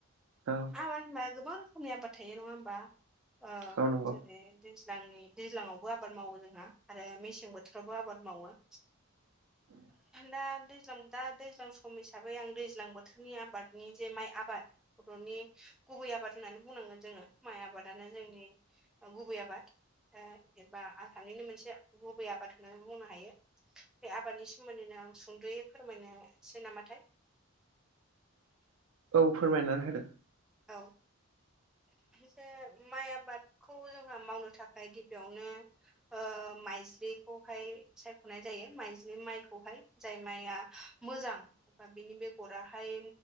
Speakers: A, on the right; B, in the centre.
A: औ
B: मबा होनबा गोबां रोखोमनि आबाद थायो नङा होमबा ओ
A: औ नंगौ
B: जुदि जेरै दैज्लांनि दैज्लावबो आबाद मावो जोंहा आरो मेसें बोथोरावबो आबाद मावो
A: <inaudible>
B: दा दैज्लां दा दैज्लां सम हिसाबै आं दैज्लां बोथोरनि आबादनि जे माइ आबाद। बर'नि गुबै आबाद होननानै बुंनांगो जोङो माइ आबादानो जोंनि गुबै आबाद। एबा आसामनिनो मोनसे गुबै आबाद होननानै बुंनो हायो बे आबादनि सोमोन्दैनो आं सुंद्र'यै फोरमायनोसै नामाथाय।
A: औ फोरमायनानै होदो।
B: औ जे माइ आबादखौ जोंहा मावनो थाखाय गिबियावनो ओ माइजलिखौहाय सायख'नाय जायो माइजलि माइखौ खौहाय जाय माइआ मोजां। एबा बेनि बेगराहाय